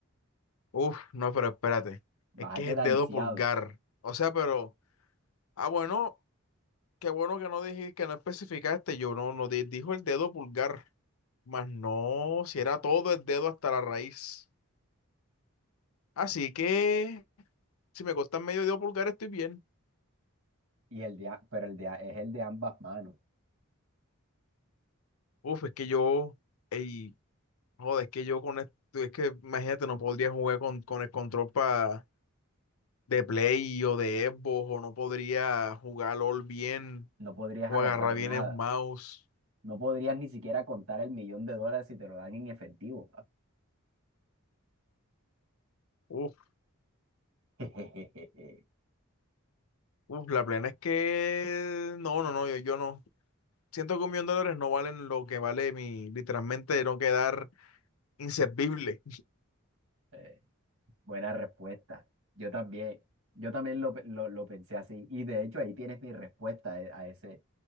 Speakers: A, on the left; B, on the right.
A: Uf, no, pero espérate.
B: vas
A: Es que
B: a quedar
A: es el dedo
B: lisiado,
A: pulgar. O sea, pero. Ah, bueno, qué bueno que no dijiste, que no especificaste. Yo no, no di- dijo el dedo pulgar. más no, si era todo el dedo hasta la raíz. Así que, si me cortan medio dedo pulgar, estoy bien.
B: y el de, a- pero el de, a- es el de ambas manos.
A: Uf, es que yo. Ey, Joder, es que yo con esto, es que imagínate, no podría jugar con, con el control pa- de Play o de Xbox, o no podría jugar LOL bien,
B: No podrías
A: o
B: agarrar
A: agarrar bien
B: nada.
A: el mouse.
B: No podrías ni siquiera contar el millón de dólares si te lo dan en efectivo.
A: Uf,
B: <laughs>
A: uf, la plena es que no, no, no, yo, yo no. Siento que un millón de dólares no valen lo que vale mi, literalmente, no quedar inservible.
B: Eh, Buena respuesta. Yo también, yo también lo, pe- lo- lo pensé así. Y de hecho ahí tienes mi respuesta eh, a ese,